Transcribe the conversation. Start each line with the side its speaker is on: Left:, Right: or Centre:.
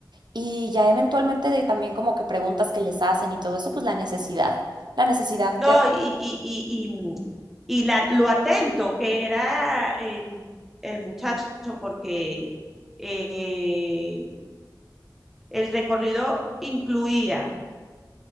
Right: y ya eventualmente de también como que preguntas que les hacen y todo eso, pues la necesidad, la necesidad,
Centre: No,
Right: te ha-
Centre: y, y, y, y, mm, y la, lo atento que era el, el muchacho, porque eh, el recorrido incluía